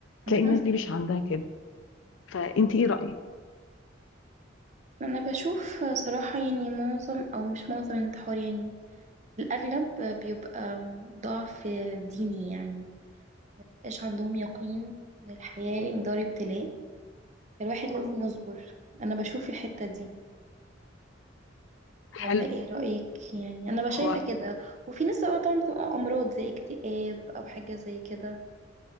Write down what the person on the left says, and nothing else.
تلاقي
الناس دي مش عندها كده فانت ايه رأيك
حلو
هو